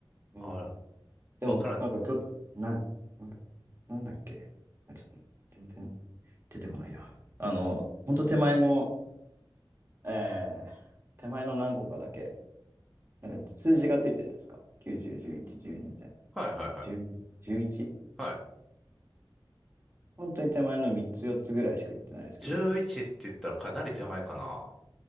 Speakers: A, on the right; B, in the centre.
A: うん。
B: あれ
A: でも、
B: わからん。
A: なんかちょっと、な、な、なんだっけ。あ、ちょっと全然出てこないや。あの、ほんと手前の、えー、手前の何個かだけ、なんか数字がついてるじゃないですか。90、11、12みたいな。
B: はいはいはい。
A: 10、11?
B: はい。
A: 本当に手前の3つ、4つぐらいしか行ってないですけど。
B: 11って言ったらかなり手前かな。